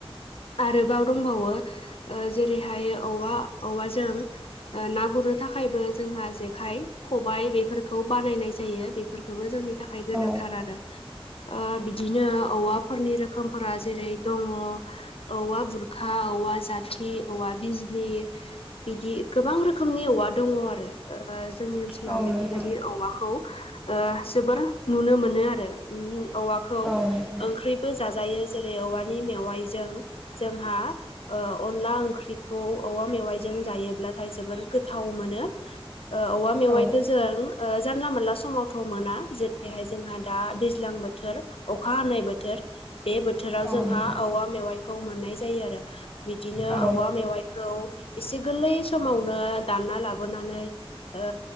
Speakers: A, on the left; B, in the centre.
A: आरोबाव दंबावो जेरैहाय औवा औवाजों ओ ना गुरनो थाखायबो जोंहा जेखाय - खबाइ बेफोरखौ बानायनाय जायो। बेफोरखौबो जोंनि थाखाय गोनांथार
B: औ
A: आरो ओ बिदिनो औवाफोरनि रोखोम फोरा जेरै दङ औवा बुरखा, औवा जाथि, औवा बिजलि बिदि गोबां रोखोमनि औवा दङ आरो। जोंनि ओनसोलाव
B: औ
A: बेफोरबायदि
B: नोंथां
A: औवाखौ ओ जोबोर नुनो मोनो। आरो औवाखौ
B: औ नोंथां
A: ओंख्रिबो जाजायो जेरै औवानि मेवाइजों जोंहा अनला ओंख्रिखौ औवा मेवाइजों जायोब्लाथाय जोबोर गोथाव मोनो। ओ औवा मेवायखौ
B: औ
A: जों ओ जानला मोनानला समावथ' मोना जेरैहाय जोंहा दा दैज्लां बोथोर अखा हानाय बोथोर बे बोथोर बोथोराव
B: औ
A: जोंहा
B: नोंथां
A: औवा मेवाइखौ मोननाय जायो आरो बिदिनो
B: औ
A: औवा मेवाइ खौ इसे गोरलै समावनो दानना लाबोनानै ओ